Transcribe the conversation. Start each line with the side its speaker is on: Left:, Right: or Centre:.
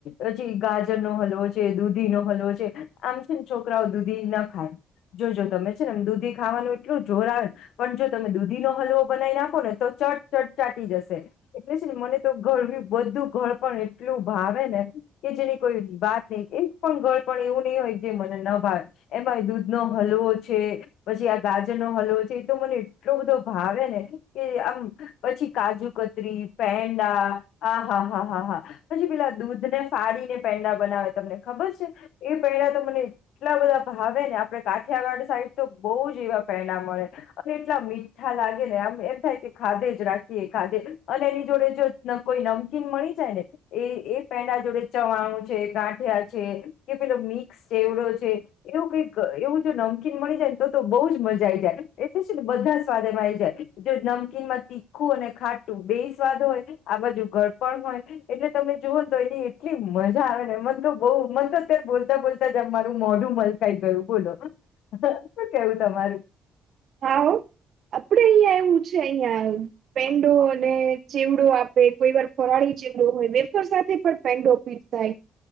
Left: પછી ગાજર નો હલવો છે દૂધી નો હલવો છે આમ છે ને છોકરાઓ દૂધી ના. <unintelligible> જોજો તમે છે ને દૂધી ખાવાનું એટલું જોર આવે પણ જો તમે દૂધી નો હલવો બનાવી નાખો ને તો. ટ ચટ ચાટી જશે એટલે છે ને મને તો ઘર બધું ઘર પણ એટલું ભાવે ને. કે જેની કોઈ વાત નહી એક પણ ગળ પણ એવું નહી હોય જે મને ન ભાવે. એમાં દૂધ નો હલવો છે પછી આ ગાજર નો હલવો છે એતો મને એટલો બધો ભાવે ને. કે આમ પછી કાજુ કતરી પેંડા હ હા હા હા હા પછી. પેલા દૂધ ને ફડીને પેંડા બનાવે તમને ખબર છે એ પેંડા તો મને એટલા બધા. હવે ને આપડે કાઠિયાવાડ સાઈડ તો બહુ જ એવા પેડા મળે અને એટલા મીઠા લાગે ને. એમ થાય કે ખાધે જ રાખીએ ખાધે અને એની જોડે જો કોઈ નમકીન મળી જાય ને એ. એ પેડા જોડે ચવાણું છે ગાંઠિયા છે કે પેલો મિક્સ જેવડો છે. એવું કઈક એવું જો નમકીન મળી જાય ને તો બઉ જ મજા આઈ જાય એટલે ને બધા સ્વાદ એમાં આવી જાય. જો નમકીનમાં તીખું અને ખાટું બે સ્વાદ હોય આ બાજુ ઘડપણ હોય એટલે. તમે જુઓ તો એની એટલી મજા આવે ને મત તો બ મત તો અત્યારે બોલતા બોલતા જમ મારું મોઢું મળ. કઈ ગયું બોલો શું કેવું તમારું
Right: <unintelligible> એવું છે અહિયાં પેંડો અને ચેવડો આપે કોઈ વાર ફરાળી ચેવડો હોય. સાથે પણ પેન્ડોપીટ થાય.